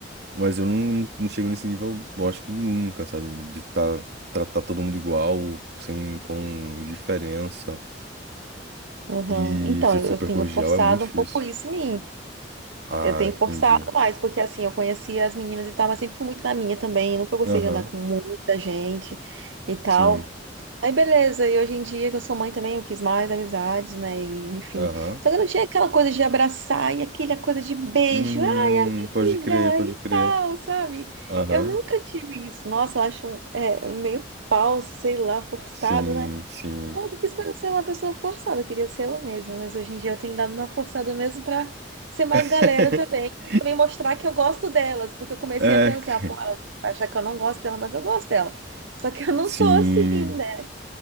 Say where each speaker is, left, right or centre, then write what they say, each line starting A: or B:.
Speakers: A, on the right; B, on the right.
A: Mas eu não, não chego nesse nível, eu acho que nunca, sabe? De tá, tratar todo mundo igual, sem, com indiferença.
B: Uhum.
A: E
B: Então,
A: ser super
B: eu tenho
A: cordial
B: forçado
A: é muito difícil.
B: um pouco isso em mim.
A: Ah,
B: Eu tenho
A: entendi.
B: forçado mais, porque assim, eu conhecia as meninas e tal, mas sempre fui muito na minha também. Nunca gostei
A: Aham,
B: de andar com muita gente e tal.
A: sim.
B: Aí beleza, e hoje em dia que eu sou mãe também, eu fiz mais amizades, né? E, enfim.
A: Aham.
B: Só que eu não tinha aquela coisa de abraçar e aquela coisa de beijo,
A: Hum,
B: ai, amiga,
A: pode crer, pode
B: e
A: crer.
B: tal, sabe?
A: Aham,
B: Eu nunca tive isso. Nossa, eu acho é, meio falso, sei lá, forçado,
A: sim,
B: né?
A: sim.
B: Eu nunca quis parecer uma pessoa forçada, eu queria ser eu mesma, mas hoje em dia eu tenho dado uma forçada mesmo pra ser mais
A: <laughs>
B: galera também e também mostrar que eu gosto delas, porque eu comecei
A: É,
B: a pensar,
A: c-
B: pô, ela vai achar que eu não gosto dela, mas eu gosto dela. Só que eu não
A: sim.
B: sou assim, né?